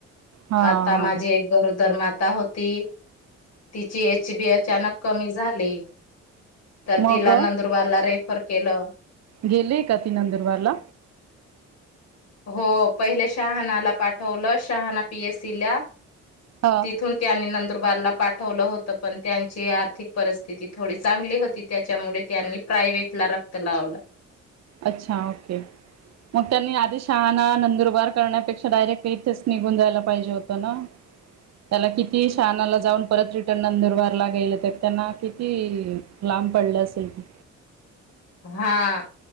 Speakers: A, on the right; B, on the left.
A: हा
B: आता
A: हा
B: माझी एक गरोदर नात होती, तिची एच बी अचानक कमी झाली, तर
A: मग
B: तिला नंदुरबारला रे फर केलं.
A: गेले का ती नंदुरबारला
B: हो पहिले शहानाला पाठवलं शहाना पी एस सी ला,
A: हा
B: तिथून त्यानी नंतर बार पाठवलं होत पण त्यांची आर्थिक परिस्थिती थोडी चांगली होती त्याच्यामुळे त्यांनी प्रायव्हेट ला रक्त लावलं.
A: अच्छा ओके. मग त्यांनी आधी शहाणा, नंदुरबार करण्यापेक्षा डायरेक्ट इथेच निघून जायला पाहिजे होतं ना, त्याला किती शहानाला जाऊन परत रिटर्न नंदुरबारला गेले तर त्यांना किती लांब पडले असेल ते.
B: हां,